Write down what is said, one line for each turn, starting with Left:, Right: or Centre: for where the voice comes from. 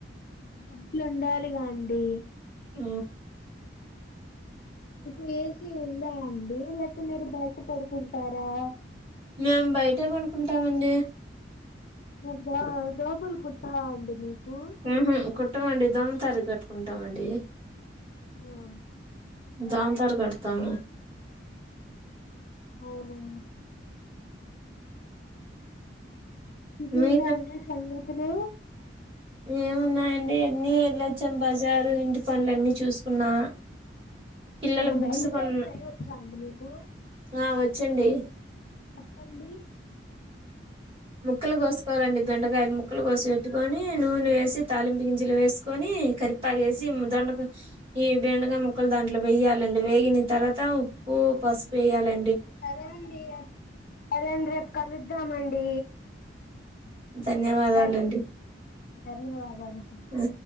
Left: డబ్బులు ఉండాలిగా అండి
Right: ఆ
Left: మీకు ఏసీ ఉందా అండి లేకపోతే మీరు బయట పడుకుంటారా
Right: మేము బయటే పండుకుంటామండి
Left: అబ్బా దోమలు కుట్టవా అండి మీకు
Right: హు హుమ్ కొట్టవండి దోమ తారీఖు కట్టుకుంటామండి.
Left: ఆ
Right: దోమ తెర కడ్తాము
Left: అవునా ఇంకేదండి
Right: మీరు
Left: సంగతులు
Right: ఏమున్నాయండి అన్ని వెళ్ళొచ్చాం బజారు ఇంటి పనులున్ని చూసుకున్నా పిల్లల బుక్స్
Left: బెండకాయ
Right: కొన్
Left: ఫ్రై వచ్చా అండి మీకు
Right: ఆ వచ్చండి
Left: చెప్పండి
Right: ముక్కలు కోసుకోవాలండి బెండకాయలు ముక్కలు కోసి పెట్టుకొని నూనె వేసి తాలింపు గింజలు వేసుకొని కరిపాకు ఏసి దొండకాయ ఈ బెండకాయ ముక్కలు దాంట్లో వేయ్యాలండి వేగిన తర్వాత ఉప్పు పసుపు వేయాలం
Left: సరే అండి సరే అండి రేపు కలుద్దామండి.
Right: ధన్యవాదాలండి
Left: ధన్ ధన్యవాదాలండి
Right: ఆ